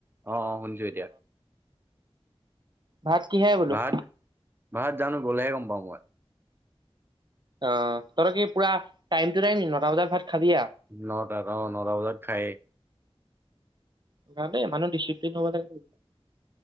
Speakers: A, on the right (about 20°); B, on the right (about 45°).
A: অ', অ', শুনিছোঁ এতিয়া।
B: ভাত কিহেৰে বোলো?
A: ভাত ভাত জানো, গ'লেহে গম পাওঁ মই
B: অ', তহঁতৰ কি পুৰা টাইম-টু-টাইম নি? নটা বজাত ভাত খাবি
A: নটাত অ', নটা বজাত খায়ে
B: <unintelligible> মানুহ ডিচিপ্লিন হ'ব লাগিব।